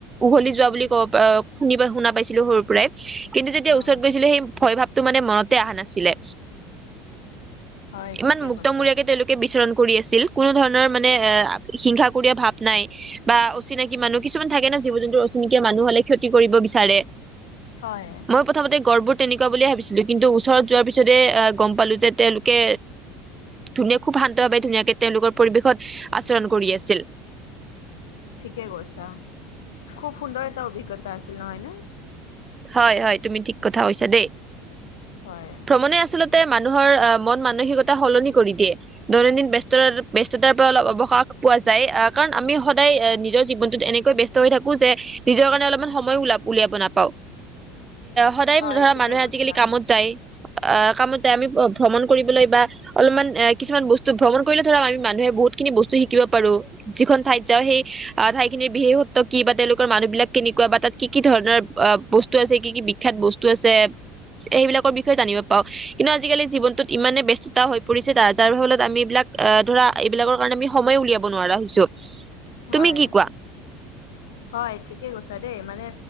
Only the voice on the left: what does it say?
হয়,
হয়
ঠিকে
কৈছা।
হয়।
ঠিকে কৈছা, খুব সুন্দৰ এটা অভিজ্ঞতা আছিল নহয়নে?
হয়।
হয়
ঠিকে
কৈছা।
হয়।
হয় ঠিকেই কৈছা দেই মানে